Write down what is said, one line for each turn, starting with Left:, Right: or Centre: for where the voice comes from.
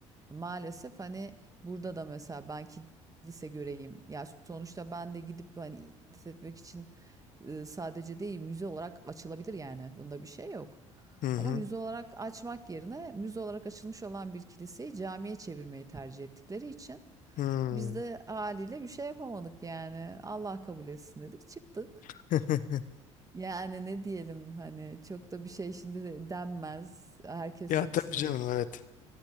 Right: Maalesef hani burada da mesela ben kilise göreyim. Ya sonuçta ben de gidip hani ibadet etmek için e, sadece değil müze olarak açılabilir yani. Bunda bir şey yok.
Left: Hı hı.
Right: Ama müze olarak açmak yerine müze olarak açılmış olan bir kiliseyi camiye çevirmeyi tercih ettikleri için
Left: Hı.
Right: biz de haliyle bir şey yapamadık yani. Allah kabul etsin dedik, çıktık.
Left: <laughs>
Right: Yani ne diyelim hani çok da bir şey şimdi de denmez. Herkes
Left: Ya
Right: çok
Left: tabii
Right: sinirli
Left: canım
Right: biliyorum.
Left: evet.